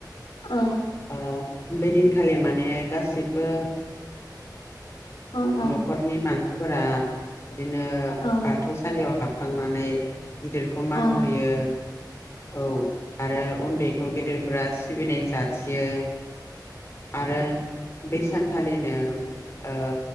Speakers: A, on the left; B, on the left.
A: औ
B: ओ बेदिनखालि माने गासिबो
A: औ
B: न'खरनि मानसिफोरा बिदिनो
A: औ
B: बाथौसालियाव हाबखांनानै गिदिरखौ मान
A: औ
B: होयो औ आरो उन्दैखौ गेदेरफोरा सिबिनाय जासियो आरो बे सानखालिनो ओ